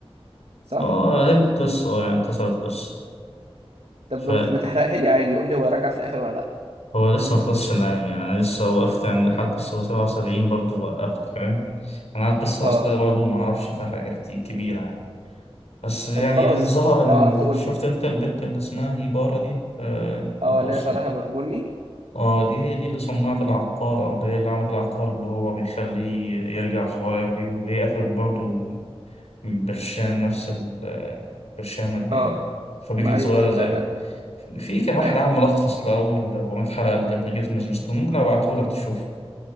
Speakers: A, on the right (about 75°); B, on the left (about 85°).
A: صح
B: اه هي دي القصة آه، يعني اختصر القصة
A: طب
B: فهو
A: ما ت- ما تحرقها لي عادي قول لي هو راجع في الاخر ولا لا
B: لسه ما خلصش الأنمي يعني أنا لسه وقفت عند الحلقة السبعة وسبعين برضه وقفت فاهم أنا على القصة
A: اه
B: الأصلية برضه ما أعرفش فيها حاجة كتير كبيرة يعني بس يعني
A: طب خلاص
B: اللي ظهر إن
A: لو
B: ال...
A: عرفت قول
B: شفت
A: لي
B: أنت البنت اللي اسمها هيبارا دي آه
A: اه
B: القصة
A: اللي هي شعرها بر- بني
B: اه دي هي دي اللي صنعت العقار أو اللي هي اللي عملت العقار اللي هو بيخليه يرجع صغير دي وهي قتلت برضه برشام نفس ال- برشامة دي
A: اه
B: يعني فبيجت
A: ما ايوه
B: صغيرة
A: انا فاهم
B: زي في كان واحد
A: فاهم
B: عامل ملخص لأول 400 حلقة لدبلجيت من سبيستون ممكن أبعته لك تشوف